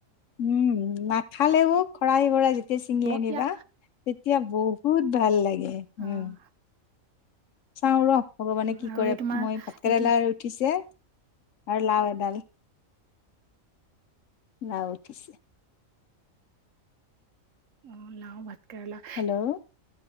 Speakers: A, on the left (about 70°); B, on the right (about 70°).
A: উম, নাখালেও খৰাই বৰাই যেতিয়া ছিঙি
B: জলকীয়া
A: আনিবা তে এতিয়া বহুত ভাল লাগে
B: অ',
A: হম, চাওঁ ৰ ভগৱানে কি
B: আৰু
A: কৰে
B: এই তোমাৰ
A: মই ভাতকেইৰোলা
B: এই কি
A: উঠিছে আৰু লাও এডাল লাও উঠিছে।
B: অ, লাওঁ, ভাতকেৰেলা
A: হেল্ল',